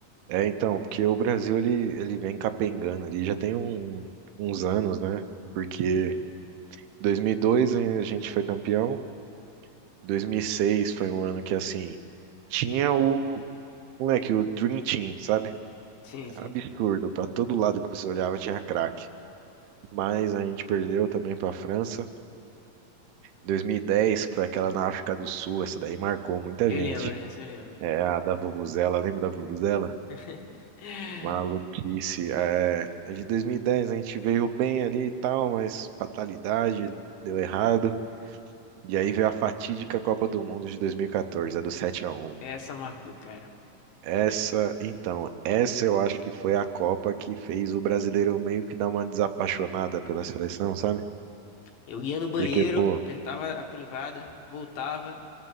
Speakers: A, on the right; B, on the left.
A: É, então, porque o Brasil ele, ele vem capengando ali já tem um- uns anos, né? Porque 2002 eh, a gente foi campeão, 2006 foi um ano que assim tinha o moleque, o Dream Team, sabe?
B: Sim,
A: Era
B: sim.
A: absurdo, pra todo lado que você olhava tinha craque. Mas a gente perdeu também para a França. 2010, que foi aquela na África do Sul, essa daí marcou muita
B: Eu
A: gente.
B: lembro, essa eu lembro.
A: É a da Vuvuzela, lembra da Vuvuzela?
B: <laughs>
A: Maluquice. É, a de 2010 a gente veio bem ali e tal, mas fatalidade, deu errado. E aí veio a fatídica Copa do Mundo de 2014, a do sete a um.
B: Essa marcou, cara.
A: Essa, então, essa eu acho que foi a Copa que fez o brasileiro meio que dar uma desapaixonada pela seleção, sabe?
B: Eu ia no banheiro,
A: Porque, pô,
B: apertava a privada, voltava,